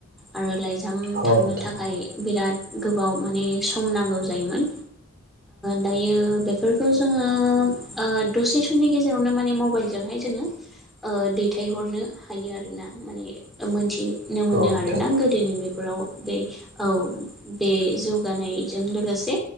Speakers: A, in the centre; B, on the right.
A: आरो लाइजाम
B: औ
A: थांनो
B: नोंथां
A: थाखाय बिराद गोबाव माने सम नांगौ जायोमोन। दायो बेफोरखौ जोङो दसे समनि गेजेरावनो माने मबाइलजोंहाय जोङो दैथायहरनो हायो आरोना माने मोनथिनो मोनो
B: औ नोंथां
A: आरोना गोदोनि बे फोराव बे औ बे जौगानायजों लोगोसे